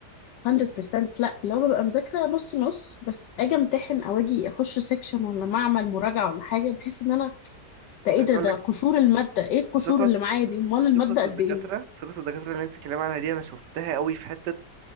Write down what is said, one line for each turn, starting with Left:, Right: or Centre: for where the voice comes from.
Left: 100% لا اللي هو ببقى مذاكرة نص نص بس أجي أمتحن أو أجي أخش سيكشن ولا معمل مراجعة ولا حاجة بحس إن أنا ده إيه
Right: عايز
Left: ده
Right: اقول
Left: ده
Right: لك
Left: قشور المادة إيه القشور
Right: ثقة
Left: اللي معايا دي أمال المادة
Right: ثقة
Left: قد
Right: الدكاترة
Left: إيه
Right: ثقة الدكاترة اللي انت بتتكلمي عنها دي انا شفتها قوي في حتة